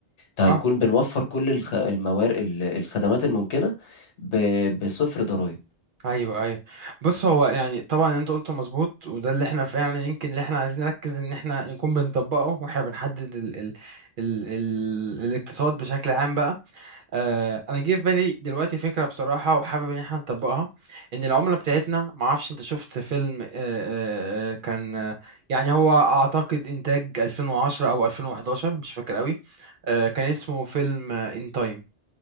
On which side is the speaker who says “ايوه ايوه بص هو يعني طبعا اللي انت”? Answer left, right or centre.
Right